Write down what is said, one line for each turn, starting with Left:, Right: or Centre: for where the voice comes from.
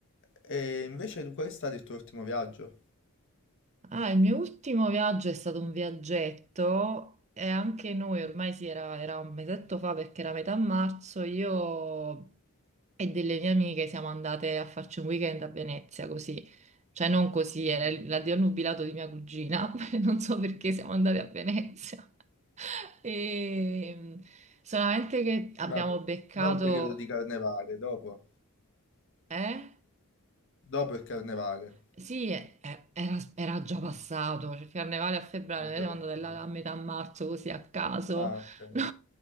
Left: E invece tu qual è stato il tuo ultimo viaggio?
Right: Ah, il mio ultimo viaggio è stato un viaggetto e anche noi ormai sì, era, era un mesetto fa perché era metà marzo, io e delle mie amiche siamo andate a farci un weekend a Venezia così. Cioè non così, era
Left: Mm.
Right: il- l'addio al nubilato di mia cugina, <laughs> non so perché siamo andate a Venezia. <laughs> E solamente che abbiamo
Left: Ma
Right: beccato...
Left: non un periodo di carnevale, dopo.
Right: Eh?
Left: Dopo il carnevale.
Right: Sì, e- e- era, era già passato,
Left: Mm,
Right: cioè, il carnevale a febbraio,
Left: È
Right: noi
Left: già
Right: siamo
Left: passato.
Right: andate là a metà marzo così a caso.
Left: Ah,
Right: <laughs>
Left: ok.
Right: No,